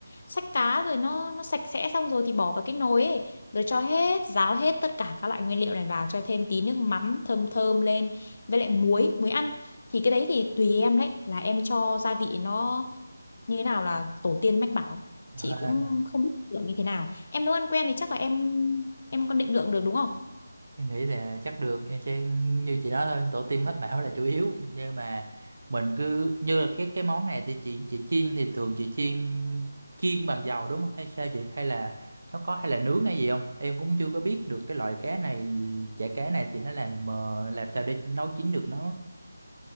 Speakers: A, on the left; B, on the right.
A: xách cá rồi nó nó sạch sẽ xong rồi thì bỏ vào cái nồi ấy rồi cho hết ráo hết tất cả các loại nguyên liệu này vào cho thêm tí nước mắm thơm thơm lên với lại muối muối ăn thì cái đấy thì tùy em đấy là em cho gia vị nó như thế nào là tổ tiên mách bảo
B: ừ
A: chị cũng không biết định lượng như thế nào em nấu ăn quen thì chắc là em em có định lượng được đúng không
B: Em nghĩ là chắc được em sẽ như chị nói thôi tổ tiên mách bảo là chủ yếu nhưng mà mình cứ như là cái cái món này thì chị chị chiên thì thường chị chiên chiên bằng dầu đúng không hay sao chị hay là nó có hay là nướng hay gì không em cũng chưa có biết được cái loại cá này chả cá này thì nó làm ờ, làm sao để nấu chín được nó